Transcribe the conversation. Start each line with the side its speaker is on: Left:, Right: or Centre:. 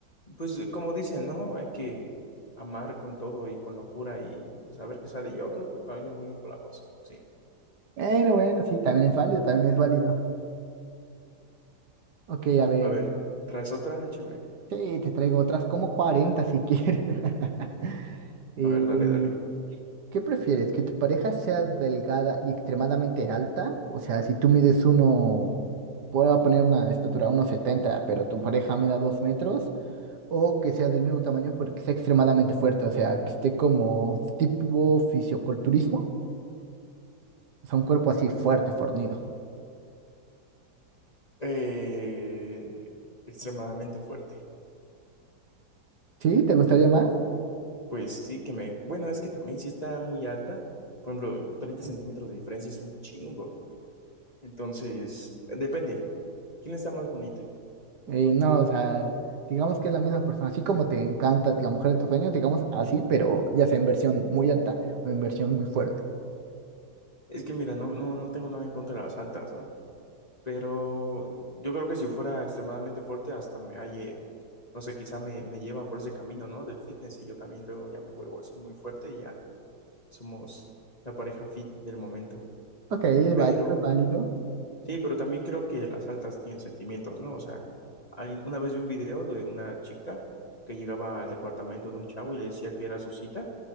Left: Pues como dicen, ¿no? Hay que amar con todo y con locura y pues a ver qué sale. Yo creo que cambia muy empalagoso, sí.
Right: Bueno, bueno, sí, también es válido, también es válido. Ok, a ver.
Left: A ver, ¿traes otra? Échame.
Right: Sí, te traigo otras como 40 si quieres. <laughs> Eh,
Left: A ver, dale, dale.
Right: ¿qué prefieres? ¿Que tu pareja sea delgada y extremadamente alta? O sea, si tú mides uno, puedo poner una estatura uno setenta pero tu pareja mida 2 metros, o que sea del mismo tamaño porque sea extremadamente fuerte, o sea, que esté como tipo fisioculturismo, o sea, un cuerpo así fuerte, fornido.
Left: Eh, extremadamente fuerte.
Right: ¿Sí? ¿Te gustaría más?
Left: Pues sí, que me... Bueno, es que también si está muy alta. Por ejemplo, 30 centímetros de diferencia es un chingo. Entonces, depende. ¿Quién está más bonita?
Right: Eh, no, o sea, digamos que es la misma persona, así como te encanta la mujer de tus sueños, digamos así, pero ya sea en versión muy alta o en versión muy fuerte.
Left: Es que mira, no, no, no tengo nada en contra de las altas, ¿no? Pero yo creo que si fuera extremadamente fuerte, hasta me halle, no sé, quizá me, me lleva por ese camino, ¿no? Del fitness y yo también luego ya me vuelvo así muy fuerte y ya somos la pareja fit del momento.
Right: Ok, es
Left: Pero,
Right: válido, es válido.
Left: sí, pero también creo que las altas tienen sentimientos, ¿no? O sea, alguien- una vez vi un video de una chica que llegaba al departamento de un chavo y le decía que era su cita